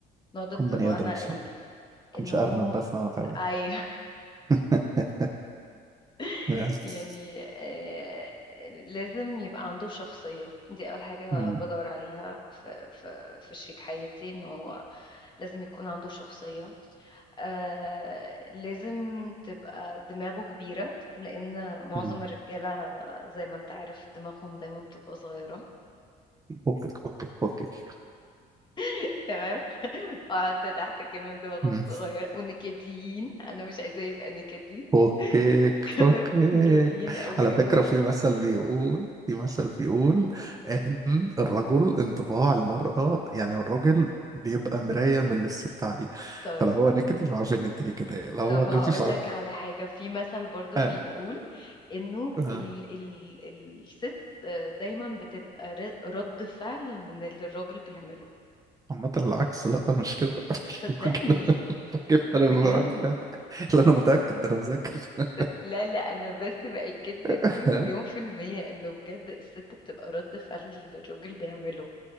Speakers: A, on the left; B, on the right.
A: ناضج
B: كون
A: بمعنى
B: بني ادم مثلا
A: ايه
B: كنتش
A: ان هو
B: ارنب بس انا حيوان
A: ايوه
B: <laughs>
A: <laughs>
B: بس.
A: يعني آه، لازم يبقى عنده شخصية دي أول حاجة
B: مم.
A: بدور عليها في, في, في شريك حياتي إن هو لازم يكون عنده شخصية آه، لازم تبقى دماغه كبيرة لأن معظم
B: مم.
A: الرجالة زي ما أنت عارف دماغهم دايما بتبقى صغيرة
B: فكك فكك فكك
A: <laughs> تمام وقعدت تحت كلمة دماغهم
B: مم.
A: صغيرة ونكديين أنا مش عايزاه يبقى نكدي
B: فكك
A: <laughs>
B: فكك
A: تمام نكديين أوي
B: على فكرة
A: أوي أوي
B: في مثل بيقول في مثل بيقول إن الرجل انطباع المرأة يعني الراجل بيبقى مراية من اللي الست عليه
A: طيب
B: فلو هو نكتي فعارف إن أنت دي كده لو
A: طب
B: هو غبي
A: هقول
B: فعارف
A: لك على حاجة في مثل برضو
B: <laughs> آه،
A: بيقول انه
B: آه.
A: ال ال الست دايما بتبقى ر- رد فعل من اللي الراجل بيعمله
B: عامة العكس لا مش كده <laughs>
A: صدقني
B: الراجل الراجل أنا
A: بجد
B: من رد فعل <laughs> لا أنا متأكد ده أنا مذاكر <laughs>
A: صد- لا لا انا بس بأكدك دي
B: آه.
A: مليون في المية انه بجد الست بتبقى رد فعل اللي الراجل بيعمله